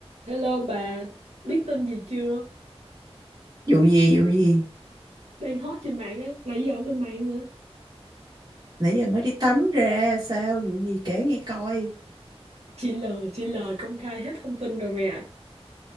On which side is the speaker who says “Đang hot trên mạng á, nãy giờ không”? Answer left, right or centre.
Right